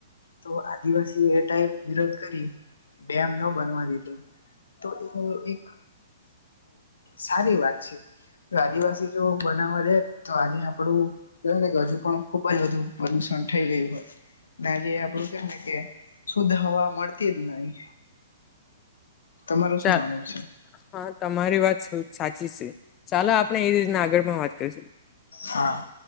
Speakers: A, on the left; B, on the left.
A: તો આદિવાસી એ ટાઈ વિરોધ કરી ડેમ ન બનવા દીધો. તો એ એક સારી વાત છે. આદિવાસી જો બનાવવા દે તો આજે આપડું કવાય ને કે હજુ પણ ખુબ જ બધું પ્રદુષણ થઈ ગયું હોય. નેજે આપડું કે ને કે શુદ્ધ હવા મળતી જ નહી. તમારું શું
B: ચાલ
A: માનવું છે
B: હા તમારી વાત સાચી છે ચાલો આપણે એ રીતના આગળમાં વાત કરીશું
A: હા